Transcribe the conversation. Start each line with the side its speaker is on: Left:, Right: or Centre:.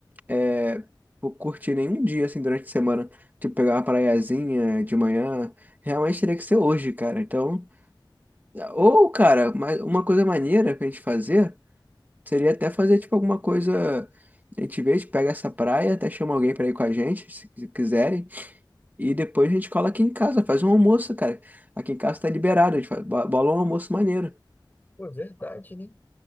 Right: é, vou curtir nenhum dia, assim, durante a semana. Tipo, pegar uma praiazinha de manhã. Realmente teria que ser hoje, cara. Então... Ou, cara, mas uma coisa maneira pra gente fazer seria até fazer, tipo, alguma coisa... A gente vê, a gente pega essa praia, até chama alguém pra ir com a gente, se se quiserem. E depois a gente cola aqui em casa, faz um almoço, cara. Aqui em casa tá liberado, a gente faz- bo- bola um almoço maneiro.
Left: Pô, verdade, né?